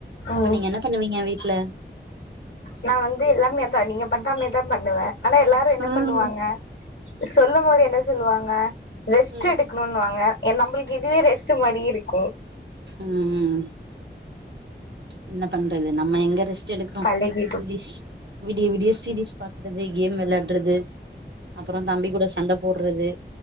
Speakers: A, on the left; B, on the right.
A: ம்
B: அப்ப நீங்க என்ன பண்ணுவீங்க வீட்ல
A: நா வந்து எல்லாமே தா நீங்க பண்றமே தா பண்ணுவே ஆனா எல்லாரு என்ன
B: ம்
A: பண்ணுவாங்க சொல்லும் போது என்ன சொல்லுவாங்க ரெஸ்ட்
B: ம்
A: எடுக்கணுனு வாங்க எ நம்ளுக்கு இதுவே ரெஸ் ட் மாறி இருக்கு
B: ம்ம் என்ன பண்றது நம்ம எங்க ரெஸ்ட் எடுக்றோ
A: பழகிடு
B: சீரிஸ் விடிய விடிய சீரீஸ் பாக்றது கேம் விளாட்றது அப்றோ தம்பி கூட சண்ட போட்றது